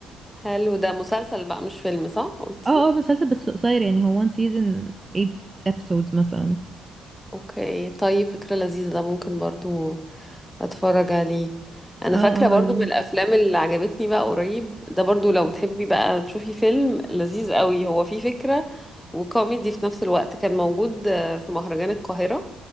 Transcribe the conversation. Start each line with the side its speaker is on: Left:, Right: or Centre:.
Centre: حلو ده مسلسل بقى مش فيلم صح قلتي
Right: اه اه مسلسل بس قصير يعني هو one season 8 episodes مثلا
Centre: اوكي طيب فكرة لذيذة ده ممكن برضو هتفرج عليه انا
Right: اه
Centre: فاكره
Right: اه
Centre: برضو
Right: هو لذيذ
Centre: من الافلام اللي عجبتني بقى قريب ده برضو لو بتحبي بقى تشوفي فيلم لذيذ قوي هو فيه فكره وكوميدي في نفس الوقت كان موجود آه، في مهرجان القاهره